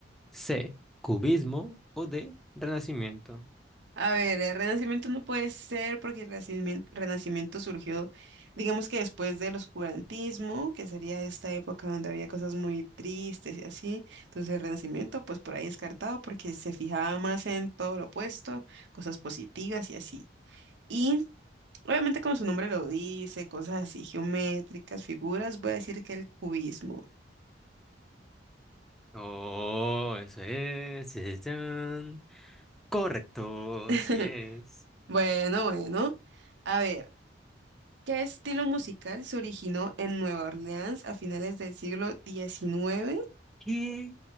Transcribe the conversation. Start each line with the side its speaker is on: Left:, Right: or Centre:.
Centre: C. Cubismo. O D. Renacimiento.
Right: A ver, el Renacimiento no puede ser porque el Renacimiento, Renacimiento surgió, digamos que después del oscurantismo, que sería esta época donde había cosas muy tristes y así. Entonces el Renacimiento, pues por ahí descartado porque se fijaba más en todo lo opuesto, cosas positivas y así. Y obviamente como su nombre lo dice, cosas así geométricas, figuras, voy a decir que el cubismo.
Centre: Oh, eso es. sí, sí, chan. Correcto,
Right: <laughs>
Centre: sí es.
Right: Bueno, bueno. A ver. ¿Qué estilo musical se originó en Nueva Orleans a finales del siglo diecinueve?
Centre: ¿Qué?